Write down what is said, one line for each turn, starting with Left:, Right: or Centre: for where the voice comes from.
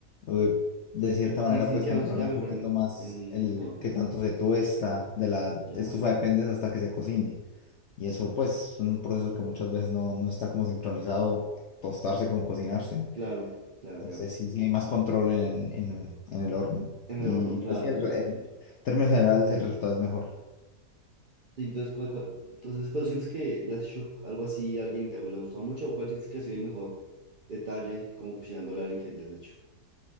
Left: eh, De cierta
Right: Ya,
Left: manera
Right: sí, sí
Left: puedes
Right: queda,
Left: controlar
Right: sí queda
Left: un
Right: mejor
Left: poquito
Right: en,
Left: más
Right: en un
Left: el
Right: horno.
Left: que tanto se tuesta, de la
Right: Ya,
Left: estufa dependes hasta que se cocine. Y eso pues es un proceso que muchas veces no, no está como sincronizado, tostarse con cocinarse.
Right: claro, claro,
Left: Entonces
Right: claro.
Left: sí, sí hay más control en, en, en el horno.
Right: En
Left: Y
Right: el horno, claro,
Left: pues sí, el,
Right: claro,
Left: re-
Right: entiendo.
Left: en términos generales el resultado es mejor.
Right: Sí, entonces, ¿cuál- cuál- entonces, pero sientes que le has hecho algo así a alguien y te ha le ha gustado mucho, o cuál sientes que ha sido el mejor detalle como cocinando a alguien que le has hecho?